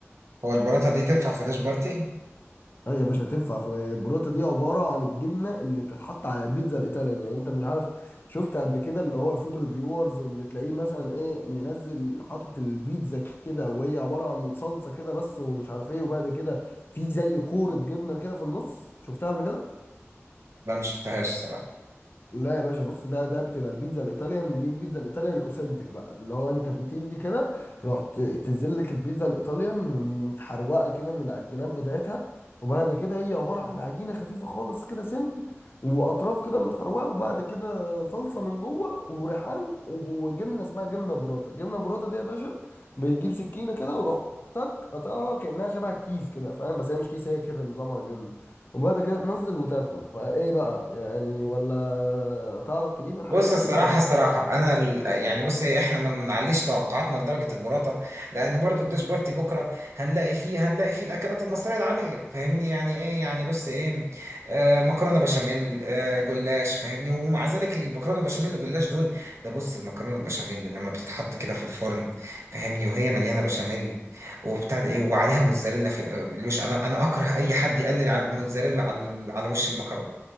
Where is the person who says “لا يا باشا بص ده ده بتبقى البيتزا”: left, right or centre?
Left